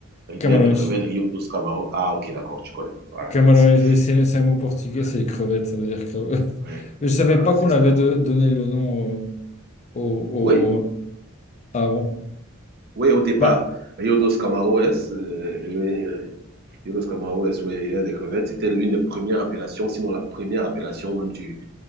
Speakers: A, on the right; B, on the left.
A: Rivière
B: Camarões.
A: des crevettes, Rio dos Camaro. Ah, ok, d'accord, tu connais. Voilà,
B: Camarões,
A: si.
B: oui, c'est c'est un mot portugais,
A: Voilà,
B: c'est les crevettes, ça veut dire crevettes. <laughs>
A: ouais,
B: Mais je savais
A: voilà,
B: pas
A: c'est
B: qu'on
A: ça.
B: avait de- donné le nom. euh, au,
A: Oui,
B: au- Ah bon.
A: oui, au départ,
B: Bah,
A: Rio dos Camaroes, euh, oui, euh, Rio dos Camaroes, oui, Rivière des crevettes, c'était l'une des premières appellations, sinon la première appellation même du,